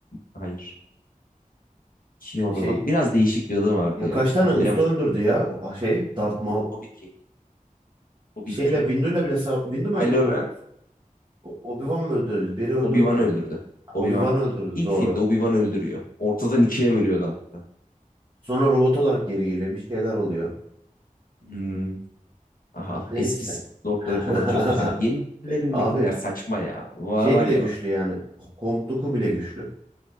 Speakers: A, on the left; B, on the right.
A: Hayır. Şey,
B: şey
A: biraz değişik bir adı vardı
B: Ya
A: ya.
B: kaç tane
A: Hatırlayamadım.
B: usta öldürdü ya o şey Darth Maul.
A: Tabii ki. Tabii
B: Şeyle
A: ki.
B: Windu'yla bile sav- Windu mu öldürdü
A: Kylo Ren
B: onu? O- Obi-Wan mı öldürdü? Biri öldürdü
A: Obi-Wan'ı
B: onu.
A: öldürdü.
B: Ha,
A: Obi-Wan.
B: Obi-Wan öldürdü
A: İlk
B: doğru.
A: filmde Obi-Wan'ı öldürüyor. Ortadan ikiye bölüyordu hatta.
B: Sonra robot olarak geri geliyor. Bir şeyler oluyor.
A: Hmm. Aha,
B: Neyse.
A: eski Sith Lord'ları
B: <laughs>
A: falan çok güzel. Yenilerindekiler
B: Abi
A: saçma ya. Var,
B: şey
A: var
B: bile
A: ya
B: güçlü yani. Count Dooku bile güçlü.